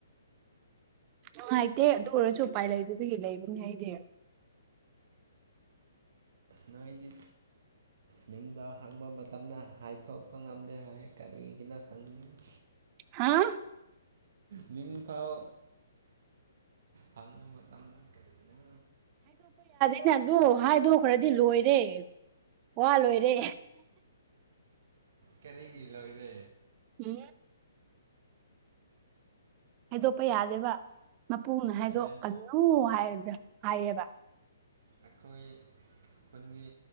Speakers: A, on the right (about 25°); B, on the right (about 60°).
A: ꯅꯨꯡꯉꯥꯏꯇꯦ ꯑꯗꯨ ꯑꯣꯏꯔꯁꯨ ꯎꯄꯥꯏ ꯂꯩꯗꯕꯤꯒꯤ ꯂꯩꯕꯅꯦ ꯍꯥꯏꯗꯤ
B: ꯅꯣꯏꯗꯤ ꯅꯤꯡꯕ ꯍꯪꯕ ꯃꯇꯝꯅ ꯍꯥꯏꯊꯣꯛꯄ ꯉꯝꯗꯦ ꯍꯥꯏ ꯀꯔꯤꯒꯤꯅꯣ ꯈꯪꯅꯤꯡꯤ
A: ꯍꯥꯥ
B: ꯅꯤꯡꯐꯥꯎ ꯍꯪ ꯃꯇꯝ ꯃꯇꯝꯅ ꯀꯔꯤꯅ
A: ꯑꯩꯅꯗꯣ ꯍꯥꯏꯗꯣꯛꯈ꯭ꯔꯗꯤ ꯂꯣꯏꯔꯦ ꯋꯥ ꯂꯣꯏꯔꯦ
B: ꯀꯔꯤꯒꯤ ꯂꯏꯗ
A: ꯎꯝ ꯍꯥꯏꯗꯣꯛꯄ ꯌꯥꯗꯦꯕ ꯃꯄꯨꯅ ꯍꯥꯏꯗꯣꯛꯀꯅꯨ
B: ꯍꯣꯔꯦꯟ
A: ꯍꯥꯏ ꯍꯥꯏꯌꯦꯕ
B: ꯑꯩꯈꯣꯏ ꯈꯨꯟꯒꯤ